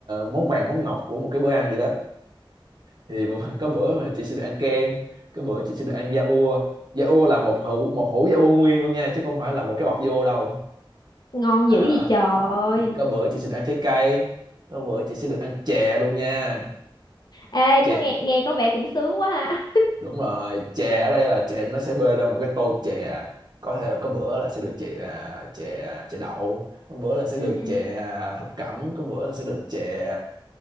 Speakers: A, on the right; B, on the left.
A: món vàng món ngọc của một cái bữa ăn gì đó thì <laughs> bữa- có bữa mà chị sẽ được ăn kem có bữa chị sẽ được ăn da ua da ua là một hũ một hũ da ua nguyên luôn nha chứ không phải là một cái bọc da ua đâu
B: ngon
A: à,
B: dữ gì trời
A: thì có bữa chị sẽ được ăn trái cây có bữa chị sẽ được ăn chè luôn nha
B: ê
A: chè
B: có nghe nghe có vẻ cũng sướng quá ha
A: đúng rồi chè ở đây là chè nó sẽ bê ra một cái tô chè có thể có bữa là sẽ được chè à, chè chè đậu có bữa
B: <laughs>
A: là sẽ
B: ừ
A: được chè à, thập cẩm có bữa là sẽ được chè